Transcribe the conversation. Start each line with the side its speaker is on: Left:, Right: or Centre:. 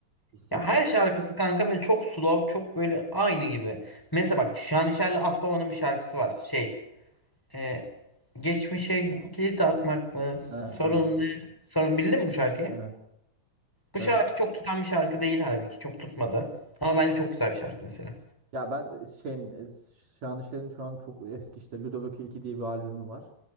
Right: hissediyorum.
Centre: Ya her şarkısı kanka böyle çok slow, çok böyle aynı gibi. Mesela bak Şanışer'le Aspava'nın bir şarkısı var. Şey, e, geçmişe kilit atmak mı?
Right: He, aynen.
Centre: Sorun ne? Sorun bildin mi bu şarkıyı?
Right: Evet.
Centre: Bu
Right: Evet.
Centre: şarkı çok tutan bir şarkı değil halbuki. Çok tutmadı. Ama bence çok güzel bir şarkı mesela.
Right: Ya ben şeyin e, Şanışer'in şu an çok eski işte Ludovico 2 diye bir albümü var.